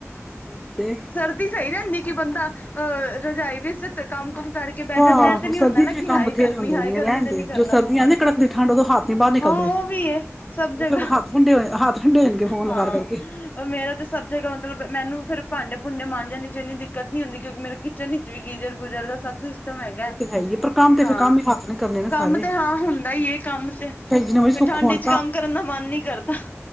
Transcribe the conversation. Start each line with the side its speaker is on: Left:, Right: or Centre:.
Centre: ਓਹੀ ਤੇ
Left: ਸਰਦੀ ਸਈ ਰੇਂਦੀ ਕਿ ਬੰਦਾ ਅ ਰਜਾਈ ਵਿਚ ਕੰਮ-ਕੁੰਮ ਕਰ ਕੇ ਬੈ
Centre: ਹਾਂ
Left: ਜਾਂਦੈ ਐ ਤੇ ਨੀ
Centre: ਸਰਦੀ
Left: ਹੁੰਦਾ ਨਾ
Centre: ਚ
Left: ਕਿ
Centre: ਕੰਮ
Left: ਹਾਏ
Centre: ਬਥੇਰੇ
Left: ਗਰਮੀ,
Centre: ਹੁੰਦੇ
Left: ਹਾਏ
Centre: ਨੇ
Left: ਗਰਮੀ
Centre: ਰਹਿਣ
Left: ਤੇ
Centre: ਦੇ
Left: ਨੀ ਕਰਨਾ
Centre: ਜੋ ਸਰਦੀਆਂ
Left: ਪੈਂਦਾ,
Centre: ਨੇ ਕੜਕਦੀ ਠੰਡ ਉਦੋਂ ਹੱਥ ਨੀ ਬਾਹਰ ਨਿਕਲਦੇ
Left: ਹਾਂ ਓ ਵੀ ਏ। ਸਬ ਜਗ੍ਹਾ,
Centre: ਉਹ ਫਿਰ ਹੱਥ ਠੰਡੇ ਹੋਏ ਹੱਥ ਠੰਡੇ ਹੋ ਜਾਣਗੇ ਫੋਨ
Left: ਹਾਂ
Centre: ਲਗਾ ਕਰਕੇ
Left: ਓ ਮੇਰਾ ਤੇ ਸਬ ਜਗਾ ਮਤਲਬ, ਮੈਨੂੰ ਫੇਰ ਭਾਂਡੇ ਭੂੰਡੇ ਮਾਂਜਨ ਇਚ ਏਨੀ ਦਿੱਕਤ ਨੀ ਹੁੰਦੀ ਕਿਉਂਕਿ ਮੇਰੇ ਕਿਚਨ ਵਿਚ ਵੀ ਗੀਜ਼ਰ-ਗੁਜ਼ਰ ਦਾ ਸਬ ਸਿਸ ਟਮ ਹੈਗਾ,
Centre: ਉਹ ਤੇ ਹੈ ਹੀ ਪਰ ਕੰਮ ਤੇ
Left: ਹਾਂ
Centre: ਫਿਰ ਕੰਮ ਹੀ ਹੱਥ ਨੇ ਕਰਨੇ ਨੇ
Left: ਕੰਮ
Centre: ਸਾਰੇ
Left: ਤੇ ਹਾਂ ਹੁੰਦਾ ਈਏ, ਕੰਮ ਤੇ
Centre: ਚਾਹੇ ਜਿੰਨੇ ਮਰਜ਼ੀ
Left: ਫੇਰ
Centre: ਸੁੱਖ
Left: ਠੰਡ
Centre: ਹੋਣ
Left: ਇਚ ਕੰਮ ਕਰਨ ਦਾ ਮੰਨ ਨੀਂ ਕਰਦਾ।